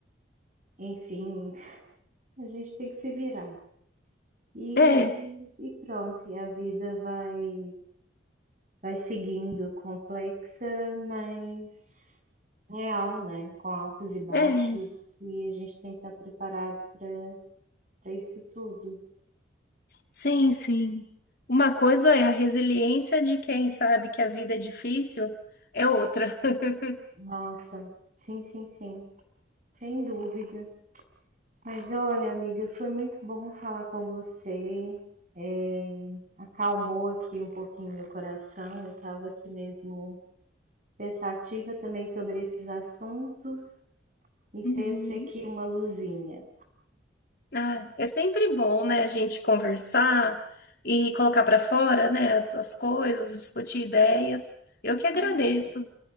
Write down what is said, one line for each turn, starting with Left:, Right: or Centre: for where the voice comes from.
Right: enfim, <laughs> a gente tem que se virar. E,
Left: É,
Right: e pronto, e a vida vai vai seguindo, complexa, mas real, né? Com altos e baixos,
Left: é,
Right: e a gente tem que estar preparado para para isso tudo.
Left: sim, sim. Uma coisa é a resiliência de quem sabe que a vida é difícil, é outra. <laughs>
Right: Nossa, sim, sim, sim, sem dúvida. Mas olha, amiga, foi muito bom falar com você. É, acalmou aqui um pouquinho meu coração. Eu estava aqui mesmo pensativa também sobre esses assuntos e fez
Left: Uhum.
Right: aqui uma luzinha.
Left: Ah, é sempre bom, né, a gente conversar e colocar para fora, né, as, as coisas, discutir ideias. Eu que agradeço,
Right: Mas